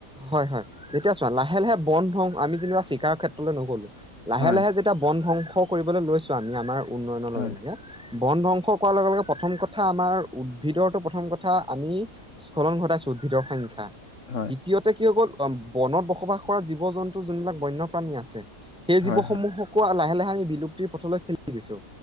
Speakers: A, in the centre; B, on the left.
A: হয় হয় এতিয়া চোৱা লাহে লাহে বন্ধ হওঁ আমি যেনিবা চিকাৰৰ ক্ষেত্ৰলৈ নগলো। লাহে
B: হয়
A: লাহে যেতিয়া বন ধংস। কৰিবলৈ লৈছোঁ আমি আমাৰ। উন্নয়নৰ
B: হয়
A: লগে নাগে। বন ধ্বংস কৰাৰ লগে লগে প্ৰথম কথা আমাৰ উদ্ভিদৰ টো প্ৰথম কথা আমি স্খলন ঘটাইছো উদ্ভিদৰ সংখ্যা।
B: হয়,
A: দ্বিতীয়তে কি হৈ গল। অ, বনত বসবাস কৰা জীৱ জন্তু যোনবিলাক বন্যপ্ৰাণী আছে। সেই জীৱসমূহক
B: হয়, হয়,
A: লাহে লাহে। আমি বিলুপ্তিৰ পথলৈ খেলি দিছো।